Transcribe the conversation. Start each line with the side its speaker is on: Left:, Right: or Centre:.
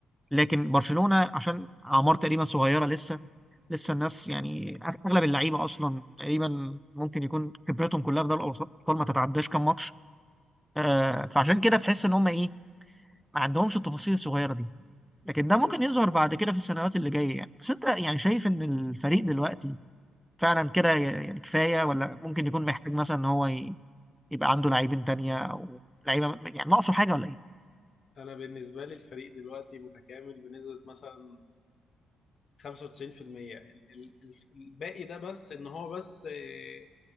Centre: لكن برشلونه عشان اعمار تقريبا صغيره لسه لسه الناس يعني اغلب اللعيبه اصلا تقريبا ممكن يكون خبرتهم كلها في دوري الابطال ما تتعداش كام ماتش آه فعشان كده تحس ان هم ايه ما عندهمش التفاصيل الصغيره دي لكن ده ممكن
Left: بالظبط
Centre: يظهر بعد كده في السنوات اللي جايه يعني بس انت يعني شايف ان الفريق دلوقتي فعلا كده يعني كفاية ولا ممكن يكون محتاج مثلا ان هو ي- يبقى عنده لاعبين تانية او لعيبة م- يعني ناقصه حاجة ولا ايه؟
Left: انا بالنسبه لي الفريق دلوقتي متكامل بنسبه مثلا 95% ال- ال- ال- الباقي ده بس ان هو بس آه،